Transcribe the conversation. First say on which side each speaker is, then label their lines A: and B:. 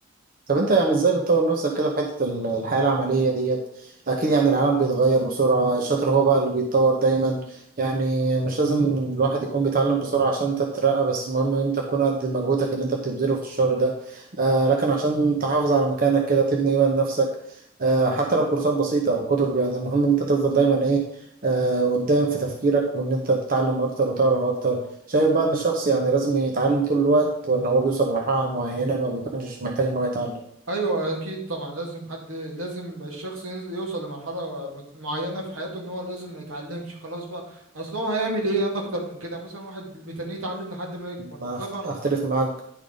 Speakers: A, on the right; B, on the right.
A: طب انت يعني ازاي بتطور نفسك كده في حتة ال- الحياة العملية ديت اكيد يعني العالم بيتغير بسرعة الشاطر هو بقى اللي بيتطور دايما يعني مش لازم الواحد يكون بيتعلم بسرعة عشان انت تترقى بس المهم ان انت تكون قد مجهودك اللي انت بتبذله في الشغل ده آه لكن عشان تحافظ على مكانك كده تبني ايمان لنفسك آه حتى لو كورسات بسيطة او كتب يعني المهم ان انت تفضل دايما ايه آه قدام في تفكيرك وان انت تتعلم اكتر وتعرف اكتر شايف بقى ان الشخص يعني لازم يتعلم طول الوقت ولا هو بيوصل لمرحلة معينة ما بيكونش محتاج ان هو يتعلم
B: ايوه اكيد طبعا لازم حد لازم الشخص ينز- يوصل لمرحله مت- معينه في حياته ان هو لازم ما يتعلمش خلاص بقى اصل هو هيعمل ايه يعني اكتر من كده مثلا واحد بيتنيه يتعلم لحد ما يكبر
A: ما
B: كبر
A: أخت- أختلف معاك